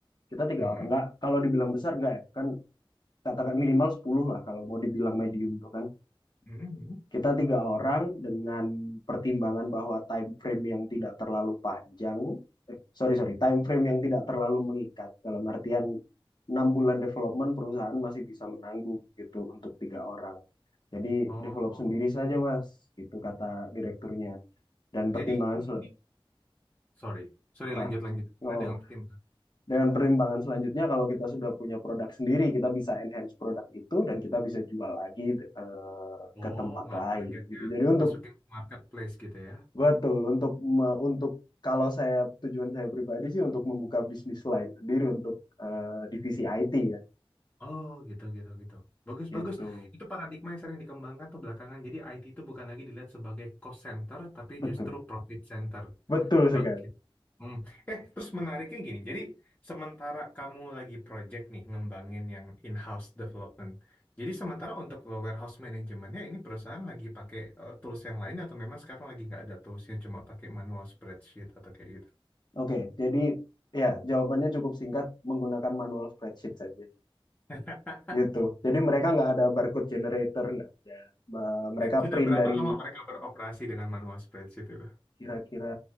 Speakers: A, on the left (about 50°); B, on the left (about 20°).
A: kita tiga
B: Mm-mm.
A: orang nggak kalau dibilang besar nggak ya kan katakan minimal 10 lah kalau mau dibilang medium tuh kan
B: Mm-mm.
A: Kita tiga orang dengan pertimbangan bahwa time frame yang tidak terlalu panjang, eh, sorry sorry, time frame yang tidak terlalu mengikat dalam artian enam bulan development perusahaan masih bisa menanggung gitu untuk tiga orang. Jadi
B: Oh.
A: develop sendiri saja mas, itu kata direkturnya. Dan pertimbangan
B: Jadi ini
A: sel-
B: sorry. Sorry
A: ah
B: lanjut lanjut.
A: nggak
B: Nah,
A: apa-apa.
B: dengan tim.
A: Dengan pertimbangan selanjutnya kalau kita sudah punya produk sendiri, kita bisa enhance produk itu dan kita bisa jual lagi eh,
B: Oh,
A: ke tempat
B: malah
A: lain
B: targetnya
A: gitu. Jadi untuk
B: masukin marketplace gitu ya.
A: Betul, untuk me- untuk kalau saya tujuan saya pribadi sih untuk membuka bisnis lain sendiri untuk eh, divisi IT ya.
B: Oh gitu gitu gitu. Bagus
A: Itu
B: bagus. Itu paradigma yang sering dikembangkan tuh belakangan. Jadi IT itu bukan lagi dilihat sebagai cost center, tapi
A: betul,
B: justru profit center.
A: betul sekali.
B: Bagus. itu. Hmm. Eh terus menariknya gini. Jadi sementara kamu lagi project nih ngembangin yang in-house development. Jadi sementara untuk warehouse manajemennya ini perusahaan lagi pakai eh, tools yang lain atau memang sekarang lagi nggak ada toolsnya cuma pakai manual spreadsheet atau kayak gitu.
A: Oke, jadi ya jawabannya cukup singkat menggunakan manual spreadsheet saja.
B: <laughs>
A: Gitu. Jadi mereka nggak ada barcode generator, nggak ada. Ba- Mereka
B: Sudah
A: print
B: berapa
A: dari
B: lama mereka beroperasi dengan manual spreadsheet itu?
A: kira-kira